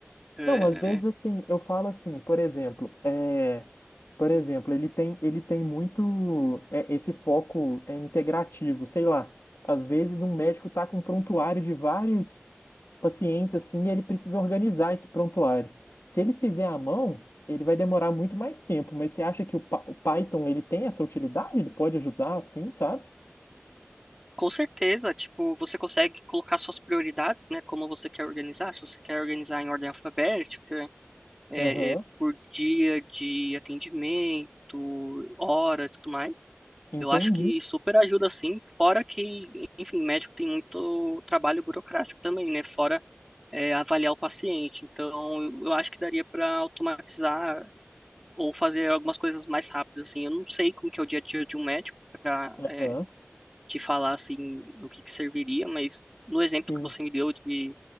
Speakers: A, in the centre; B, on the left.
A: é,
B: Não, às vezes assim, eu falo assim, por exemplo, é, por exemplo, ele tem, ele tem muito é, esse foco é, integrativo, sei lá. Às vezes um médico tá com um prontuário de vários pacientes assim, e ele precisa organizar esse prontuário. Se ele fizer à mão, ele vai demorar muito mais tempo, mas você acha que o, Pa- o Python ele tem essa utilidade? Ele pode ajudar assim, sabe?
A: com certeza, tipo, você consegue colocar suas prioridades, né, como você quer organizar, se você quer organizar em ordem alfabética, é,
B: Aham,
A: por dia de atendimento, hora, e tudo mais.
B: entendi.
A: Eu acho que super ajuda sim, fora que, enfim, médico tem muito trabalho burocrático também, né? Fora é, avaliar o paciente. Então, eu eu acho que daria para automatizar ou fazer algumas coisas mais rápidas, assim. Eu não sei como que é o dia a dia de um médico para
B: Aham,
A: te falar assim no que que serviria, mas no exemplo
B: sim.
A: que você me deu de